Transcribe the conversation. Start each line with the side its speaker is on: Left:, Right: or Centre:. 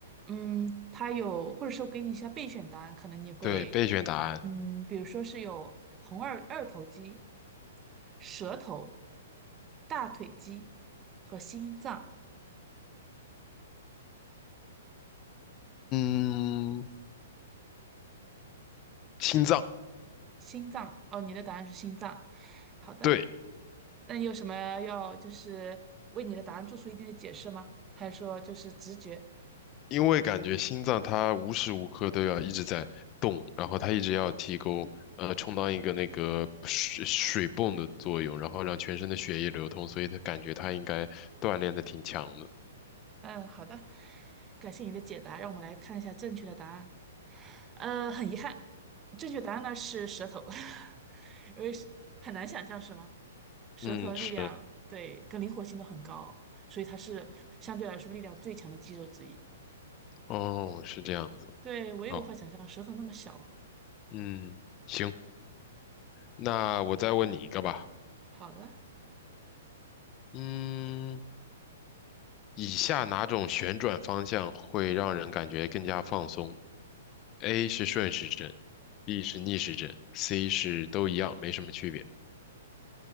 Right: 嗯，它有，或者说我给你一下备选答案，可能你会，
Left: 对，备选答案。
Right: 嗯，比如说是有红二二头肌、舌头、大腿肌和心脏。
Left: <laughs> 嗯，心脏。
Right: 心脏，哦，你的答案是心脏。好的，
Left: 对。
Right: 那你有什么要就是为你的答案做出一定的解释吗？还是说就是直觉？
Left: 因为感觉心脏它无时无刻都要一直在动，然后它一直要提供呃充当一个那个水水泵的作用，然后让全身的血液流通，所以它感觉它应该锻炼的挺强的。
Right: 嗯，好的，感谢你的解答，让我们来看一下正确的答案。呃，很遗憾，正确答案呢是舌头，<laughs> 因为是很难想象是吗？舌头的力量对跟灵活性都很高，
Left: 嗯，是，
Right: 所以它是相对来说力量最强的肌肉之一。
Left: 哦，是这样子。
Right: 对，我也无法想象舌头那么小。
Left: 好，嗯，行，那我再问你一个吧。
Right: 好的，
Left: 嗯，以下哪种旋转方向会让人感觉更加放松？A 是顺时针，B 是逆时针，C 是都一样，没什么区别。